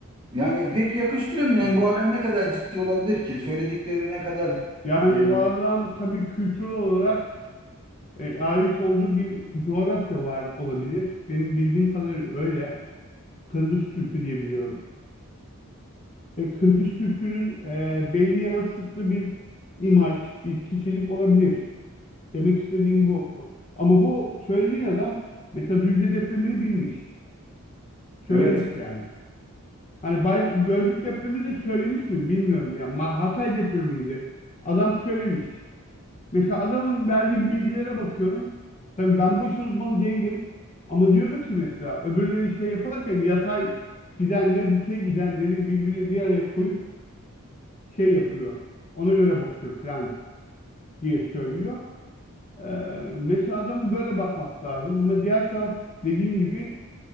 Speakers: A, on the right; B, on the left.
A: Yani pek yakıştıramıyorum. Yani
B: Evet.
A: bu adam ne kadar ciddi olabilir ki? Söyledikleri ne kadar
B: Yani
A: e,
B: o adam tabii kültürel olarak e, ait olduğu bir coğrafya var olabilir. Benim bildiğim kadarıyla öyle. Kırgız Türkü diye biliyorum. E, Kırgız Türkü'nün e, belli yansıttığı bir imaj, bir kişilik olabilir. Demek istediğim bu. Ama bu söylediğin adam mesela Düzce depremini bilmiş.
A: evet,
B: Söylemiş
A: evet,
B: yani. Hani Bay, Gölcük depremini de söylemiş mi bilmiyorum ya. Ma- Hatay depremiydi. Adam söylemiş. Mesela adamın verdiği bilgilere bakıyorum. Tabii ben bu işin uzmanı değilim. Ama diyor ki mesela öbürleri şey yaparken yatay gidenleri, dikey gidenleri birbirine bir araya koyup şey yapıyor. Ona göre bakıyor falan diye söylüyor. Ee, mesela adamı böyle bakmak lazım. Ama diğer taraf dediğin gibi